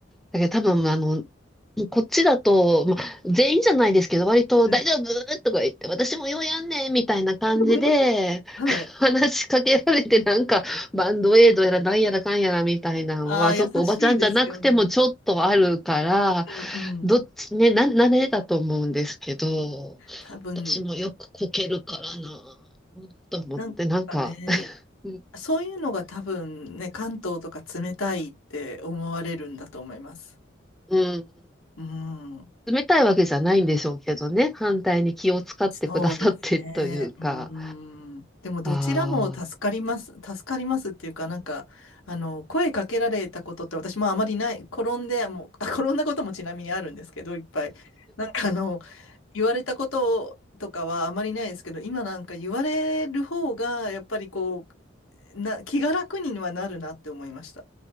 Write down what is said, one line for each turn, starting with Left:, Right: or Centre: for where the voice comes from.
Centre: だけど多分、あの、こっちだと、まあ、全員じゃないですけど、割と大丈夫とか言って、
Left: はい。
Centre: 私もようやんねんみたいな感じで、
Left: <laughs> はい。
Centre: <laughs> 話しかけられて、なんか、バンドエイドやらなんやらかんやらみたいなのは、
Left: <laughs> ああ、優しいですよね。
Centre: ちょっとおばちゃんじゃなくてもちょっとあるから、
Left: うんうん。
Centre: どっちね、な、慣れだと思うんですけど、
Left: 多分、
Centre: 私もよくこけるからな、と思って、
Left: なんかね、
Centre: なんか、<laughs>
Left: そういうのが多分ね、関東とか冷たいって思われるんだと思います。
Centre: うん
Left: うん。
Centre: 冷たいわけじゃないんでしょうけどね、反対に気を使ってくださってというか、
Left: そうですね。うん。でも、どちらも助かります。
Centre: あ
Left: 助かりますっていうか、なんか、あの、声かけられたことって私もあまりない。転んで、もう、あ転んだこともちなみにあるんですけど、いっぱい。なんか、あの、言われたこととかはあまりないですけど、今なんか言われる方が、やっぱりこう、な、気が楽にはなるなって思いました。